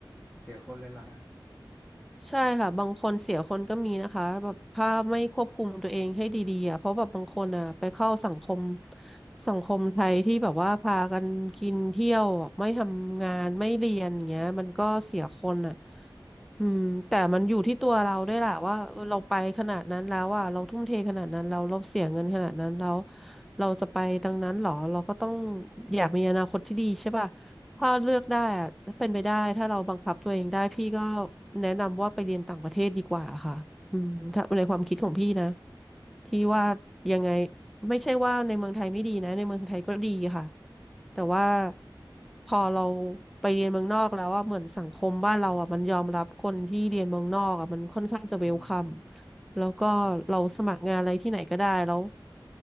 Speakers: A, on the left; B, in the centre.
A: เสียคนเลยเหรอฮะ
B: ใช่ค่ะบางคนเสียคนก็มีนะคะแบบถ้าไม่ควบคุมตัวเองให้ดีๆอ่ะเพราะแบบบางคนอ่ะไปเข้าสังคมสังคมไทยที่แบบว่าพากันกินเที่ยวอ่ะไม่ทำงานไม่เรียนอย่างเงี้ยมันก็เสียคนอ่ะอืมแต่มันอยู่ที่ตัวเราด้วยแหละว่าเออเราไปขนาดนั้นแล้วอ่ะเราทุ่มเทขนาดนั้นเราเราเสียเงินขนาดนั้นแล้วเราจะไปดังนั้นเหรอเราก็ต้องอยากมีอนาคตที่ดีใช่ป่ะ ถ้าเลือกได้อะถ้าเป็นไปได้ถ้าเราบังคับตัวเองได้พี่ก็แนะนำว่าไปเรียนต่างประเทศดีกว่าค่ะอืมถ้าในความคิดของพี่นะที่ว่ายังไงไม่ใช่ว่าในเมืองไทยไม่ดีนะในเมืองไทยก็ดีค่ะแต่ว่าพอเราไปเรียนเมืองนอกแล้วอะเหมือนสังคมบ้านเราอะมันยอมรับคนที่เรียนเมืองนอกอะมันค่อนข้างจะเวลคัม
A: อืม
B: แล้วก็เราสมัครงานอะไรที่ไหนก็ได้แล้ว
A: ก็จริง